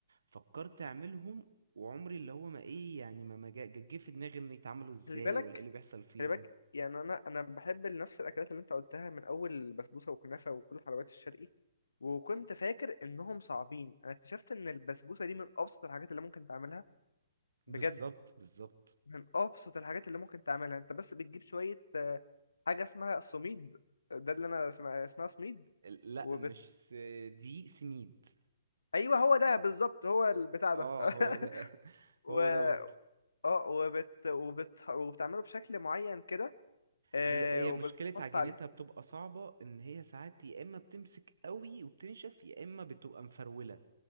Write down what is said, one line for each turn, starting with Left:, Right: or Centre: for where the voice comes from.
Right: فكرت اعملهم وعمري اللي هو ما ايه يعني ما ما جا- جه في دماغي ان يتعملوا ازاي
Left: خلي بالك
Right: ولا ايه اللي بيحصل فيهم
Left: خلي بالك يعني انا انا بحب نفس الاكلات اللي انت قلتها من اول بسبوسه وكنافه وكل الحلويات الشرقي وكنت فاكر انهم صعبين انا اكتشفت ان البسبوسه دي من ابسط الحاجات اللي ممكن تعملها
Right: بالظبط
Left: بجد
Right: بالظبط
Left: من ابسط الحاجات اللي ممكن تعملها انت بس بتجيب شويه آه، حاجه اسمها السميد ده اللي انا اسمها اسمها سميد
Right: لا
Left: وبت
Right: مش س... دقيق سميد
Left: ايوه هو ده بالظبط هو البتاع
Right: اه
Left: ده <laughs>
Right: هو ده <laughs>
Left: و
Right: هو دوت
Left: اه وبت... وبت... وبتعمله بشكل معين كده آه،
Right: هي هي
Left: وبتحط
Right: مشكلة عجينتها
Left: عليه
Right: بتبقى صعبة ان هي ساعات يا اما بتمسك قوي وبتنشف يا اما بتبقى مفرولة